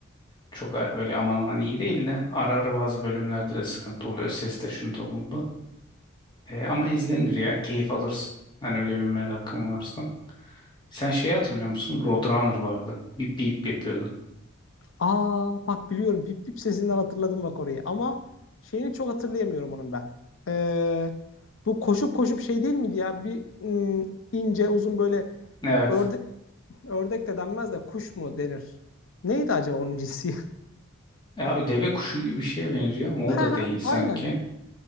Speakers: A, on the left; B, on the left.
A: Çok a- böyle aman aman iyi değil de ara ara bazı bölümlerde de sıkıntı oluyor. Seste şunda bunda. E, ama izlenir ya. Keyif alırsın. Hani öyle bir merakın varsa. Sen şeyi hatırlıyor musun? Roadrunner vardı. Bip bip yapıyordu.
B: Aa bak biliyorum bip bip sesinden hatırladım bak orayı ama şeyini çok hatırlayamıyorum onun ben. Ee, bu koşup koşup şey değil miydi ya bir ım, ince uzun böyle
A: Evet.
B: örde, Ördek de denmez de kuş mu denir? Neydi acaba onun cinsi? <laughs>
A: E, Abi deve kuşu gibi bir şeye benziyor ama o
B: Ha
A: da değil
B: ha
A: sanki.
B: aynen.